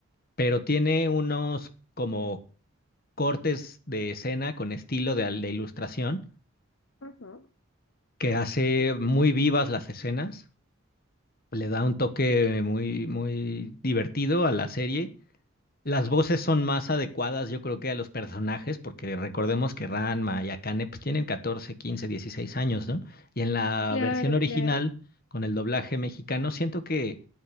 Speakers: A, on the left (about 45°); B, on the left (about 65°).
A: pero tiene unos como cortes de escena con estilo de, de ilustración
B: ujú.
A: que hace
B: Sí.
A: muy vivas las escenas, le da un toque muy, muy divertido a la serie. Las voces son más adecuadas, yo creo que a los personajes, porque recordemos que Ranma y Akane pues, tienen 14, 15, 16 años, ¿no? Y en la
B: Claro,
A: versión original,
B: claro.
A: con el doblaje mexicano, siento que,